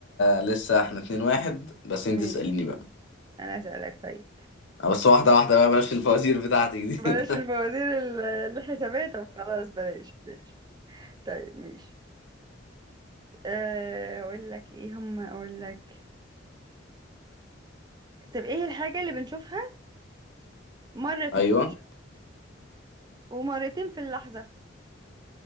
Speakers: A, on the left (about 70°); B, on the right (about 20°).
A: لسه احنا اتنين واحد بس انت
B: ماشي
A: اسأليني بقى
B: أنا أسألك طيب
A: آه، بس واحدة واحدة بقى بلاش الفوازير بتاعتك دي
B: بلاش
A: <laughs>
B: الفوازير ال- الحسابية طب خلاص بلاش بلاش طيب ماشي آه، أقول لك إيه هم أقول لك طب إيه الحاجة اللي بنشوفها مرة في
A: ايوه
B: الد... ومرتين في اللحظة